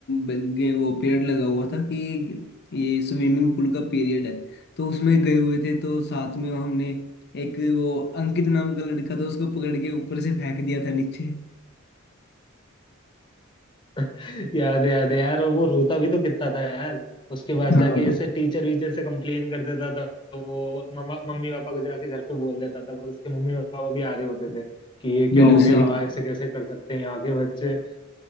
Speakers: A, on the left; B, on the left.
A: गए वो पीरियड लगा हुआ था कि ये स्विमिंग पूल का पीरियड है तो उसमें गए हुए थे तो साथ में हमने एक वो अंकित नाम का लड़का था उसको पकड़ के ऊपर से फेंक दिया था नीचे
B: <laughs> याद है याद है यार और वो रोता भी तो कितना था यार उसके बाद
A: हाँ
B: जाके ऐसे टीचर वीचर से कंप्लेन कर देता था वो मम्मा मम्मी पापा को जाके घर पे बोल देता था फिर उसके मम्मी पापा भी आ रहे होते थे कि ये क्या
A: बिल्कुल
B: हो गया
A: सही
B: ऐसे कैसे कर सकते हैं यहाँ के बच्चे